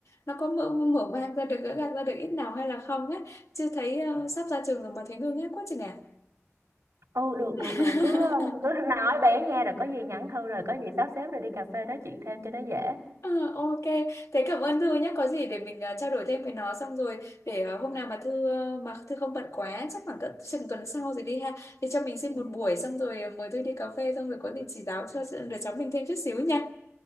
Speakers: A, on the left; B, on the right.
A: nó có mở mở mang ra được gỡ gạc ra được ít nào hay là không á chưa thấy ờ, sắp ra trường rồi mà thấy ngơ ngác quá chừng à
B: ừ được
A: <laughs>
B: được được cứ ờ, cứ <laughs> nói bé nha rồi có gì nhắn thư rồi có gì sắp xếp rồi đi cà phê nói chuyện thêm cho nó dễ
A: Ờ, ok, thế cảm ơn Thư nhé. Có gì để mình ờ, trao đổi thêm với nó xong rồi để ờ, hôm nào mà Thư ờ, mà Thư không bận quá chắc khoảng cỡ chừng tuần sau rồi đi ha. Thì cho mình xin
B: Ừ.
A: một buổi xong rồi ờ, mời Thư đi cà phê xong rồi có gì chỉ giáo cho đứa cháu mình thêm chút xíu nha.